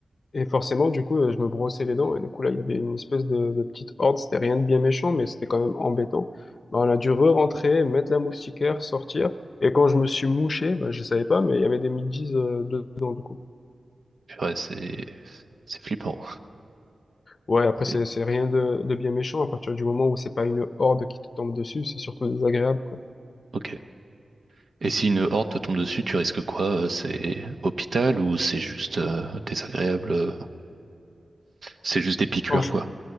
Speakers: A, on the left (about 55°); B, on the right (about 55°).
A: et forcément, du coup, euh, je me brossais les dents. Et du coup, là, il y avait une espèce de, de petite horde. C'était rien de bien méchant, mais c'était quand même embêtant. Bah, on a dû re-rentrer, mettre la moustiquaire, sortir. Et quand je me suis mouché, bah, je savais pas, mais il y avait des midges euh, dedans, du coup.
B: purée, c'est c'est flippant.
A: Ouais, après,
B: Et-
A: c'est, c'est rien de, de bien méchant. À partir du moment où c'est pas une horde qui te tombe dessus, c'est surtout désagréable, quoi.
B: Ok. Et si une horde te tombe dessus, tu risques quoi? euh, C'est hôpital ou c'est juste euh, désagréable? euh, C'est juste des piqûres,
A: Bon, je,
B: quoi.